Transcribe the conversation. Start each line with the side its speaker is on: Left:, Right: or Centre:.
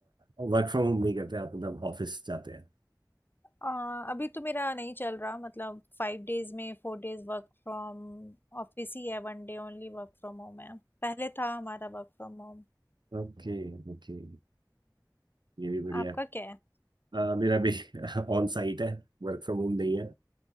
Right: वर्क फ्रॉम होम नहीं करते आप मतलब ऑफिस जाते हैं
Left: आ, अभी तो मेरा नहीं चल रहा मतलब फाइव डेज में फोर डेज वर्क फ्रॉम ऑफिस ही है वन day only work from home है पहले था हमारा वर्क फ्रॉम होम
Right: ओके ओके ये भी बढ़िया
Left: आपका
Right: है।
Left: क्या है
Right: अ, मेरा भी <laughs> ऑन साइट है वर्क फ्रॉम होम नहीं है